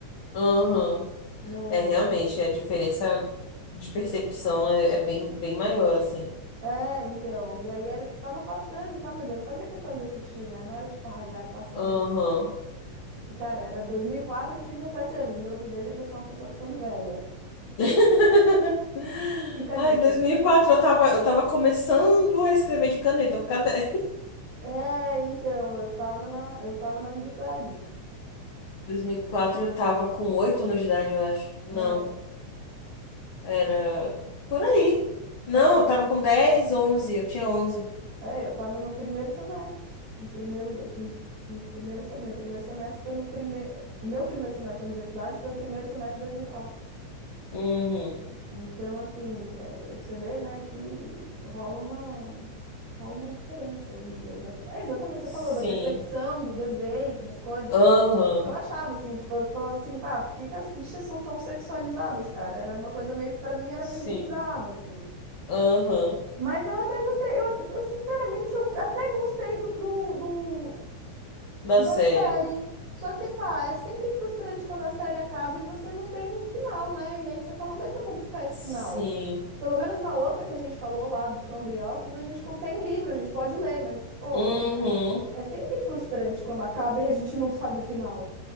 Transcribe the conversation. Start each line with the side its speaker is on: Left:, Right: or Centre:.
Left: Uhum.
Right: não.
Left: É realmente, a diferença de percepção é, é bem, bem maior, assim.
Right: É, então. E aí era tipo, tava passando e tal, mas eu não fazia questão de assistir, né? Não era tipo, ai, vai passando
Left: Uhum.
Right: meu desenho. E, cara, era 2004, eu tinha 17 anos. Então, assim, veja que eu sou uma pessoa ficando velha.
Left: <laughs>
Right: Fica a
Left: Ai,
Right: dica.
Left: dois mil e quatro eu tava, eu tava começando a escrever de caneta no caderno.
Right: É, então, eu tava na, eu tava na universidade.
Left: <laughs> dois mil e quatro eu tava com 8 anos de idade, eu acho. Não,
Right: É,
Left: era por aí. Não,
Right: É, eu,
Left: eu tava com dez onze eu tinha onze
Right: é, eu estava no primeiro semestre. No primeiro, no primeiro, se- meu primeiro semestre foi no primeiro. O meu primeiro semestre da universidade foi o primeiro semestre de 2004.
Left: Uhum.
Right: Então, assim, é, você vê, né, que rola uma, rola uma diferença aí. Da, da- é exatamente, o que
Left: Sim.
Right: você falou, da percepção, do desenho, das coisas.
Left: Aham.
Right: Que eu achava, assim, tipo, eu falava assim, pá, por que que as bichas são, são sexualizadas, cara? Era uma coisa meio que, pra mim, era
Left: Sim.
Right: meio bizarro, assim.
Left: Aham.
Right: Mas eu até gostei, eu, eu, sinceramente eu até gostei do, do,
Left: Da
Right: do- da
Left: série.
Right: série. Só que, pá, é sempre frustrante quando a série acaba e você não tem um final, né? E aí você fala, onde é que eu vou buscar esse
Left: Sim.
Right: final? Pelo menos na outra que a gente falou lá do Sombra e Ossos, a gente con- tem um livro, a gente pode ler, mas, pô,
Left: Uhum.
Right: né? É sempre frustrante quando acaba e a gente não sabe o final.